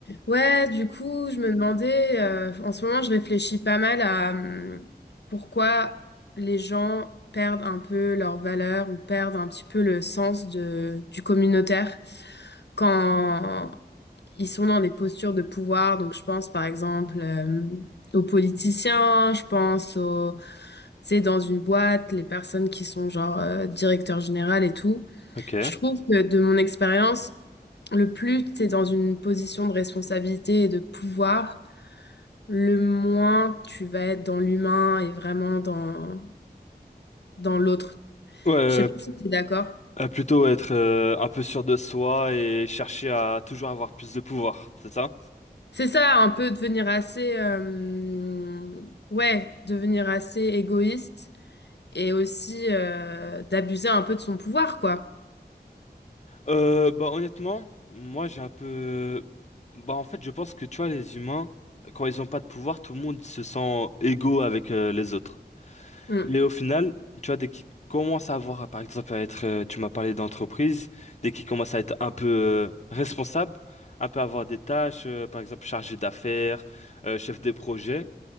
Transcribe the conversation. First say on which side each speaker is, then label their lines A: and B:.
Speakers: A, on the left; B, on the left.
A: Ouais, du coup, je me demandais, euh, en ce moment, je réfléchis pas mal à hum, pourquoi les gens perdent un peu leur valeur ou perdent un petit peu le sens de, du communautaire quand ils sont dans des postures de pouvoir. Donc, je pense par exemple euh, aux politiciens, je pense aux, tu sais, dans une boîte, les personnes qui sont genre euh, directeur général et tout.
B: Ok. Ouais,
A: Je trouve que de mon expérience, le plus tu es dans une position de responsabilité et de pouvoir, le moins tu vas être dans l'humain et vraiment dans, dans l'autre.
B: euh,
A: Je sais pas si tu es d'accord.
B: plutôt être euh, un peu sûr de soi et chercher à toujours avoir plus de pouvoir, c'est ça?
A: C'est ça, un peu devenir assez, euh, ouais, devenir assez égoïste et aussi euh, d'abuser un peu de son pouvoir, quoi.
B: Euh, bah honnêtement, moi j'ai un peu... Bah en fait je pense que tu vois les humains, quand ils ont pas de pouvoir, tout le monde se sent égaux avec euh, les autres.
A: Mm,
B: Mais au final, tu vois, dès qu'ils commencent à avoir, par exemple, à être, euh, tu m'as parlé d'entreprise, dès qu'ils commencent à être un peu euh, responsables, un peu avoir des tâches, euh, par exemple chargé d'affaires, euh, chef des projets.